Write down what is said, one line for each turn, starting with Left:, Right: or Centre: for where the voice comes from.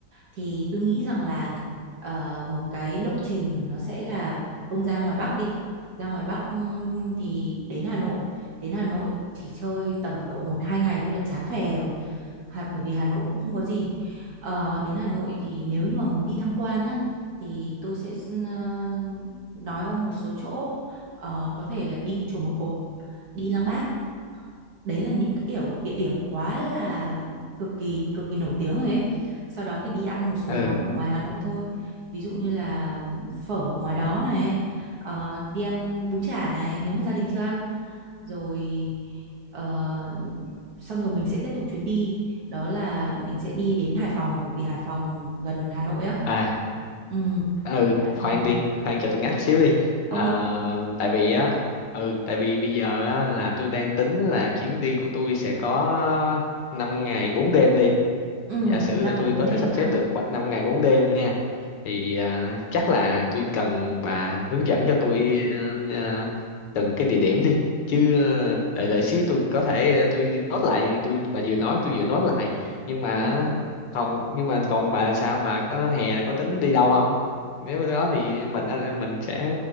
Right: thì tôi nghĩ rằng là ờ, một cái lộ trình nó sẽ là ông ra ngoài Bắc đi ra ngoài Bắc ừm, thì đến Hà Nội đến Hà Nội chỉ chơi tầm độ một hai ngày thôi là chán phè rồi Hà, bởi vì Hà Nội cũng không có gì Ờ, đến Hà Nội thì nếu như mà muốn đi tham quan á thì tôi sẽ ờ, nói ông một số chỗ Ờ, có thể là đi chùa Một Cột đi Lăng Bác đấy là những cái kiểu địa điểm quá là cực kỳ cực kỳ nổi tiếng rồi ấy sau đó thì đi ăn một số
Left: Ừ.
Right: món ở ngoài Hà Nội thôi ví dụ như là phở ở ngoài đó này ờ, đi ăn bún chả này nếu mà gia đình chưa ăn rồi ờ, xong rồi mình sẽ tiếp tục chuyến đi đó là mình sẽ đi đến Hải Phòng bởi vì Hải Phòng gần Hà Nội á
Left: à
Right: ừ.
Left: ừ
Right: đến Hải
Left: khoan
Right: Phòng
Left: đi khoan cho tôi ngắt xíu đi à,
Right: ơi
Left: tại vì á ừ tại vì bây giờ á là tôi đang tính là chuyến đi của tôi sẽ có 5 ngày 4 đêm đi
Right: ừ.
Left: giả sử
Right: 5
Left: là tôi
Right: ngày 4
Left: có
Right: đêm
Left: thể sắp
Right: ha
Left: xếp được 5 ngày 4 đêm nha thì à, chắc là tôi cần bà hướng dẫn cho tôi ờ, ờ, từng cái địa điểm đi chứ ờ, đợi đợi xíu tôi có thể ờ, tôi nốt lại tôi bà vừa nói tôi vừa nốt lại nhưng mà
Right: ừ.
Left: còn nhưng mà còn bà sao bà có hè có tính đi đâu không nếu đó thì mình à, à, mình sẽ